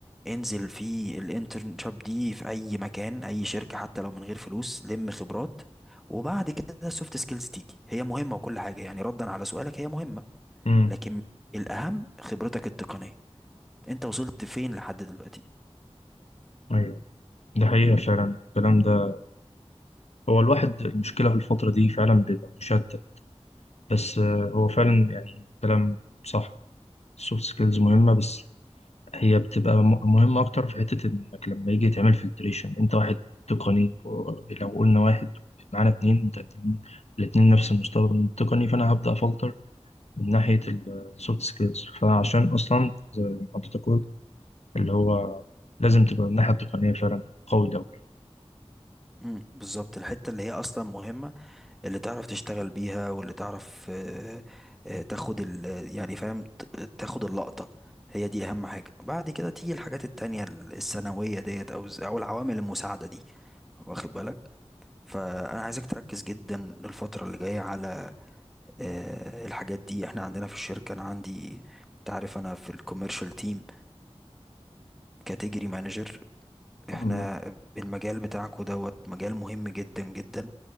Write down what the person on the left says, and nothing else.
مم.
ايوه ده حقيقة فعلا الكلام ده هو الواحد المشكلة في الفترة دي فعلا بيبقى مشتت بس آه، هو فعلا يعني كلام صح السوفت سكيلز مهمة بس هي بتبقى م- مهمة أكتر في حتة إنك لما يجي تعمل فلتريشن أنت واحد تقني و- لو قلنا واحد معانا اتنين متقدمين الاتنين نفس المستوى التقني فأنا هبدأ أفلتر من ناحية السوفت سكيلز فعشان أصلا زي ما حضرتك قلت اللي هو لازم تبقى من الناحية التقنية فعلا قوي ده
الله